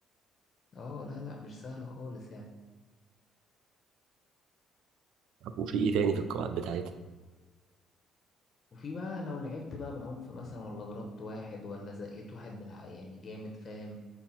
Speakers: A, on the left (about 45°); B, on the right (about 75°).
A: اه لا لا مش سهل خالص يعني
B: طب وفي ايه تاني في القواعد بتاعتها
A: وفي بقى لو لعبت بقى بعنف مثلا ولا ضربت واحد ولا زقيت واحد بالع... يعني جامد فاهم